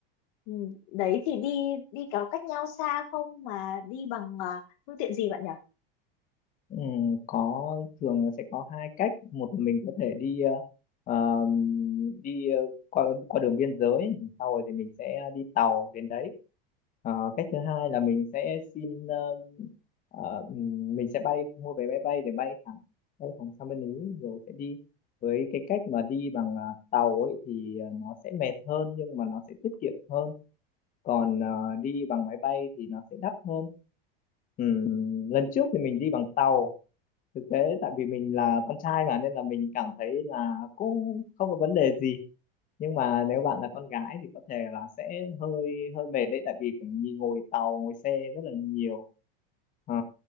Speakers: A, on the left (about 50°); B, on the left (about 25°).
A: ừm, đấy thì đi đi có cách nhau xa không mà đi bằng ờ, phương tiện gì bạn nhỉ
B: Ừ, có thường là sẽ có hai cách một là mình có thể đi ờ, ờm, đi ờ, qua qua đường biên giới sau rồi thì mình sẽ đi tàu đến đấy Ờ, cách thứ hai là mình sẽ xin ờm, ờ, ừm, mình sẽ bay mua vé máy bay để bay thẳng bay thẳng sang bên Ý rồi sẽ đi với cái cách mà đi bằng ờ, tàu ấy thì ờ, nó sẽ mệt hơn nhưng mà nó sẽ tiết kiệm hơn còn ờ, đi bằng máy bay thì nó sẽ đắt hơn Ừm, lần trước thì mình đi bằng tàu thực tế tại vì mình là con trai mà nên là mình cảm thấy là cũng không có vấn đề gì nhưng mà nếu bạn là con gái thì có thể là sẽ hơi hơi mệt đấy tại vì phải nhi- ngồi tàu ngồi xe rất là nhiều Ờ,